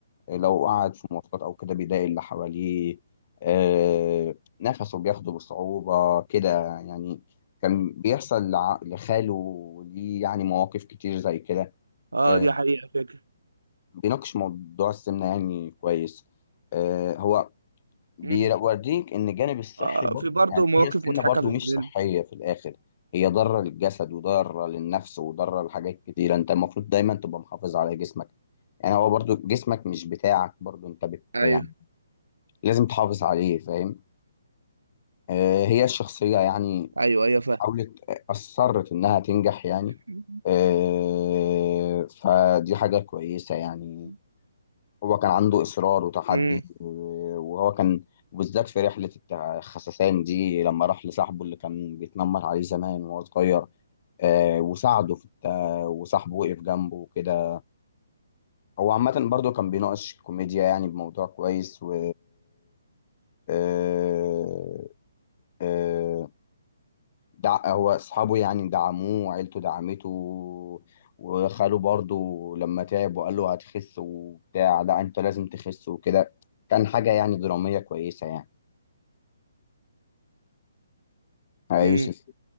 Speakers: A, on the left (about 40°); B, on the right (about 75°).
A: لو قعد في مواصلات او كده بيضايق اللي حواليه آه، نفسه بياخده بصعوبة كده يعني كان بيحصل لع- لخاله ليه يعني مواقف كتير زي كده
B: اه
A: آه،
B: دي حقيقة فكرة
A: بيناقش موضوع السمنة يعني كويس آه، هو بيوريك
B: امم
A: ان الجانب الصحي
B: آه
A: برضه
B: في برضه
A: يعني
B: مواقف
A: هي السمنة
B: مضحكة
A: برضه
B: في الفيلم
A: مش صحية في الاخر هي ضارة للجسد وضارة للنفس وضارة لحاجات كتيرة انت المفروض دايما تبقى محافظ على جسمك يعني هو برضو جسمك مش بتاعك برضو انت بت
B: ايوه
A: يعني لازم تحافظ عليه فاهم آه، هي الشخصية يعني
B: ايوه ايوه
A: حاولت آه، أصرت إنها تنجح يعني
B: فاهم
A: آه، فدي حاجة كويسة يعني
B: <laughs>
A: هو كان عنده إصرار وتحدي
B: امم
A: و- وهو كان بالذات في رحلة التع- الخسسان دي لما راح لصاحبه اللي كان بيتنمر عليه زمان وهو صغير آه، وساعده في الت- وصاحبه وقف جنبه وكده هو عامة برضه كان بيناقش كوميديا يعني بموضوع كويس و آه، آه، دع... هو اصحابه يعني دعموه وعيلته دعمته وخاله برضه لما تعب وقال له هتخس وبتاع لا انت لازم تخس وكده كان حاجة يعني درامية كويسة يعني يا
B: امم
A: يوسف